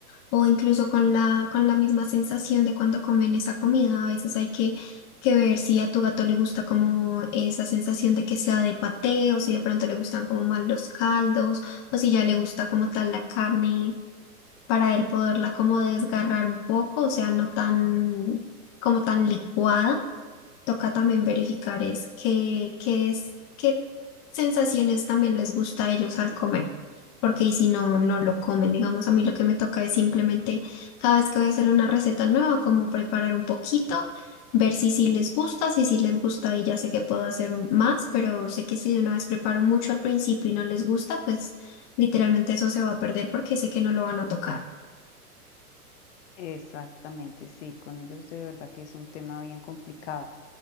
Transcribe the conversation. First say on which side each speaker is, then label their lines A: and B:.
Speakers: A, on the left; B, on the left.
A: o incluso con la, con la misma sensación de cuando comen esa comida. A veces hay que, que ver si a tu gato le gusta como esa sensación de que sea de paté o si de pronto le gustan como más los caldos o si ya le gusta como tal la carne para él poderla como desgarrar un poco, o sea, no tan como tan licuada toca también verificar es qué, qué es, qué sensaciones también les gusta a ellos al comer. Porque y si no, no lo comen. Digamos, a mí lo que me toca es simplemente cada vez que voy a hacer una receta nueva, como preparar un poquito, ver si sí les gusta, si sí les gusta y ya sé que puedo hacer un, más, pero sé que si de una vez preparo mucho al principio y no les gusta, pues literalmente eso se va a perder porque sé que no lo van a tocar.
B: Exactamente, sí, con ellos de verdad que es un tema bien complicado.